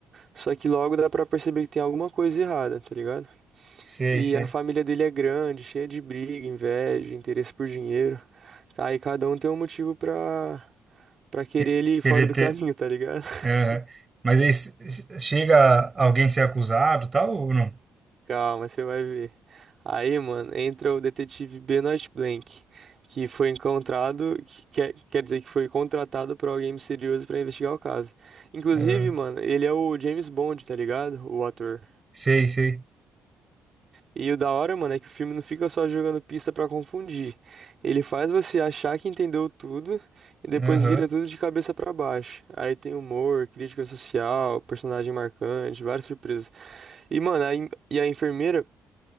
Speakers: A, on the right; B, on the right.
A: Só que logo dá pra perceber que tem alguma coisa errada, tá ligado?
B: Sei,
A: E
B: sei.
A: a família dele é grande, cheia de briga, inveja, interesse por dinheiro. Aí cada um tem um motivo pra, pra querer
B: Que-
A: ele ir
B: Queria
A: fora do
B: ter.
A: caminho, tá ligado? <laughs>
B: aham. Mas aí se- chega alguém ser acusado, e tal, ou não?
A: Calma, você vai ver. Aí, mano, entra o detetive Benoit Blanc, que foi encontrado, que quer, quer dizer que foi contratado por alguém misterioso pra investigar o caso. Inclusive,
B: Ah,
A: mano, ele é o James Bond, tá ligado? O ator.
B: sei, sei.
A: E o da hora, mano, é que o filme não fica só jogando pista pra confundir. Ele faz você achar que entendeu tudo e depois
B: Aham.
A: vira tudo de cabeça pra baixo. Aí tem humor, crítica social, personagem marcante, várias surpresas. E, mano, a, en- e a enfermeira,